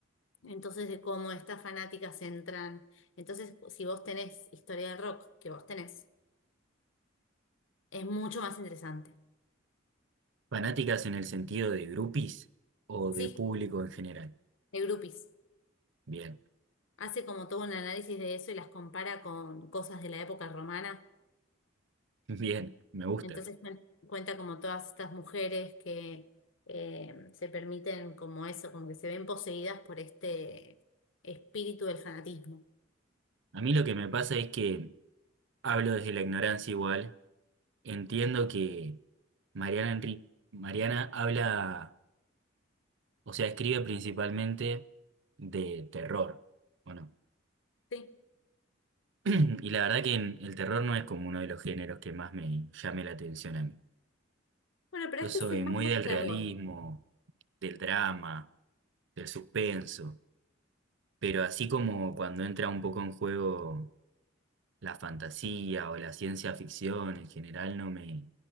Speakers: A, on the left (about 70°); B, on the right (about 65°).
A: Entonces de cómo estas fanáticas entran. Entonces, si vos tenés historia del rock, que vos tenés, es mucho más interesante.
B: ¿Fanáticas en el sentido de grupis o
A: Sí,
B: de público en general?
A: de groupies.
B: Bien,
A: hace como todo un análisis de eso y las compara con cosas de la época romana.
B: <laughs> bien, me gusta.
A: Entonces cuen- cuenta como todas estas mujeres que eh, se permiten como eso, como que se ven poseídas por este espíritu del fanatismo.
B: A mí lo que me pasa es que hablo desde la ignorancia igual Entiendo que Mariana Enri- Mariana habla, o sea, escribe principalmente de terror, ¿o no?
A: Sí.
B: <clears throat> Y la verdad que en- el terror no es como uno de los géneros que más me llame la atención a mí.
A: Bueno, pero
B: Yo
A: este
B: soy
A: es el más
B: muy
A: de
B: del
A: terror.
B: realismo, del drama, del suspenso, pero así como cuando entra un poco en juego la fantasía o la ciencia ficción en general no me